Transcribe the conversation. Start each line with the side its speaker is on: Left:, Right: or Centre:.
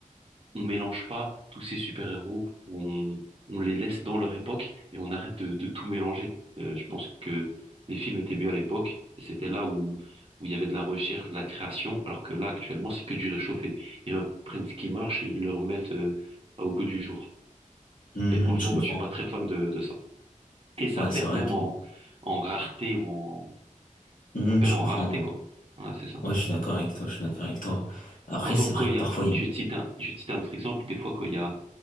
Right: on mélange pas tous ces super-héros, où on, on les laisse dans leur époque et on arrête de, de tout mélanger. Euh, je pense que les films étaient mieux à l'époque. et C'était là où, où il y avait de la recherche, de la création, alors que là, actuellement, c'est que du réchauffé. Ils reprennent ce qui marche et ils le remettent euh, au goût du jour.
Left: Hmm,
Right: Mais franchement,
Left: je comprends.
Right: bah, je suis pas très fan de, de ça. Et ça
Left: Ouais,
Right: perd
Left: c'est vrai
Right: même
Left: que.
Right: en, en rareté ou en...
Left: Hmm,
Right: Ça perd
Left: je
Right: en
Left: comprends,
Right: rareté,
Left: ouais.
Right: quoi. Voilà, c'est ça.
Left: Ouais, je suis d'accord avec toi, je suis d'accord avec toi. Après,
Right: Par exemple,
Left: c'est vrai
Right: quand il
Left: que
Right: y
Left: parfois,
Right: a...
Left: il...
Right: Je vais te citer un, je vais te citer un autre exemple. Des fois, quand il y a